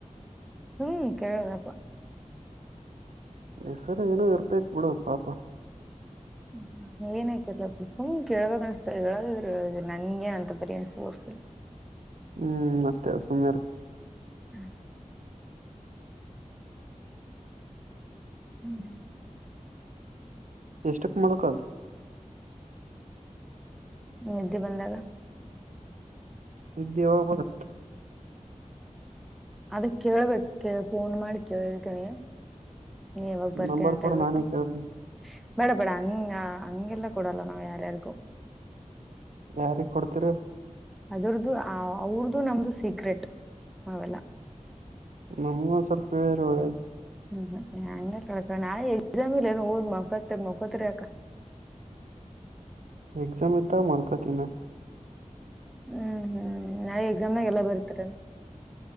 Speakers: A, in the centre; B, on the right.
A: ಹ್ಮ್ ಕೇಳ್ದೆ ಪಾ
B: ಹೆಸರ ಏನೋ ಇರ್ತೈತ ಬಿಡ ಪಾಪ
A: ಹ್ಮ್. <unintelligible> ಸುಮ್ ಕೇಳ್ಬೇಕ್ ಅನ್ಸ್ತ ಹೇಳದಿದ್ರ ಹೆಳ್ ನಂಗೆ ಅಂತ ಪರಿ ಏನ್ ಫೋರ್ಸ್ ಇಲ್ಲ
B: ಹ್ಮ್ ಅಷ್ಟೇ ಸುಮ್ಮ್ನೀರ್
A: ಹ್ ಹ್ಮು.
B: ಎಷ್ಟಕ್ ಮಾಡೊ ಕಾಲ್
A: ನಿದ್ದಿ ಬಂದಾಗ.
B: ನಿದ್ದಿ ಯಾವಾಗ ಬರತ್
A: ಅದ ಕೇಳ್ಬೇಕ್ ಕೆಳ್ ಫೋನ್ ಮಾಡಿ ಕೇಳ್ತೀನಿ ನೀ ಯಾವಾಗ ಬರ್ತೀಯಾ
B: ನಂಬರ್
A: ಅಂತಾ
B: ಕೂಡ
A: <unintelligible>
B: ನಾನೇ ಕೇಳ್ತೀನಿ
A: ಬೇಡಾ ಬೇಡಾ ಅಂಗ ಹಂಗೆಲ್ಲ ಕೂಡಲ್ಲ ನಾವ್ ಯಾರ್ಯಾಗೊ
B: ಯಾರಿಗ್ ಕೊಡ್ತಿರ
A: ಅದುರ್ದು ಅವ್ರದು ನಮ್ದು ಸೀಕ್ರೆಟ್ ಅವೆಲ್ಲ.
B: ನಮ್ಗು ಒಂದ್ ಸ್ವಲ್ಪ ಹೇಳಿದ್ರ ಒಳ್ಳೆದ್
A: ಹ್ಮ್ ಹ <unintelligible> ನಾಳೆ ಎಕ್ಸಾಮ ಇಲ್ಲೆನ್ ಓದ್ ಮಕ್ಕೊ ಅತ್ಲಾಗ್ ಮಕ್ಕೊತಿರ್ ಯಾಕ
B: ಎಕ್ಸಾಮ ಇದ್ದಾಗ ಮಲ್ಕತಿನಾ
A: ಹ್ಮ್ ಹ್ಮ್ ನಾಳೆ ಎಕ್ಸಾಮ್ನಾಗ ಎಲ್ಲ ಬರ್ತರಿ